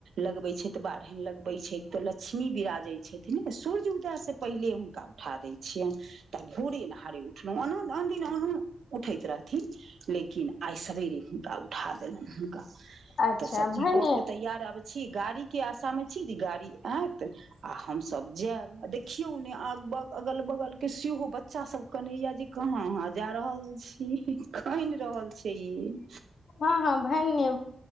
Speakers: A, on the right (about 80°); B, on the left (about 65°).
A: लगबे छैतऽ बारहेन लग छै तऽ लक्ष्मी बिराजय छथिन ने सूर्य उदय सँ पहिले हुनका उठा दै छियैनि तऽ भोरे अनहारे उठल अन दिन अनून उठैत रहथिन लेकिन आइ सवेरे हुनका उठा देलनि हुनका
B: अच्छा
A: तऽ सभ चीज
B: भने
A: कऽ के तैयार आब छियै गाड़ी के आशा मे छी जे गाड़ी ऐत आ हमसब जायब आ देखियौ ने आब अगल बगल के सेहो बच्चा सब केनया जे कहाँ अहाँ जा रहल छी कनि रहल छै ई
B: हँ हँ भनने